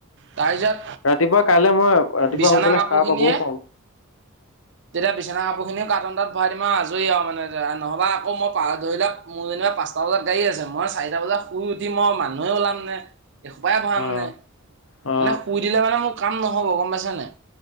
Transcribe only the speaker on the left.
ৰাতিপুৱা কাইলৈ মই ৰাতিপুৱা
সোনকালে
সাৰ পাবও পাওঁ।
অ অ